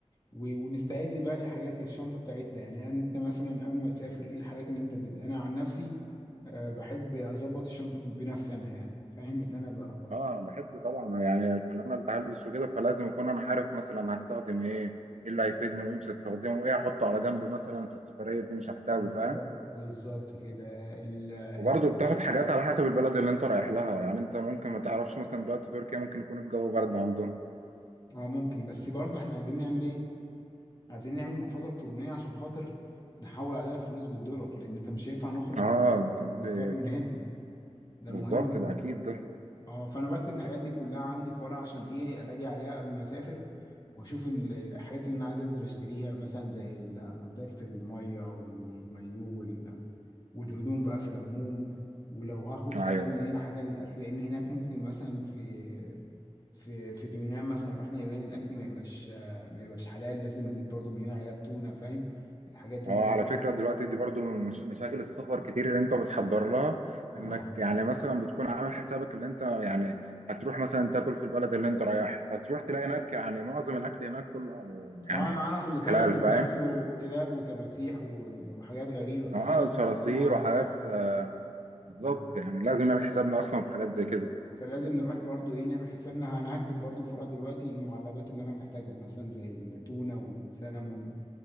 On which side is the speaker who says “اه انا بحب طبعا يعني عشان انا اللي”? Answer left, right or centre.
Right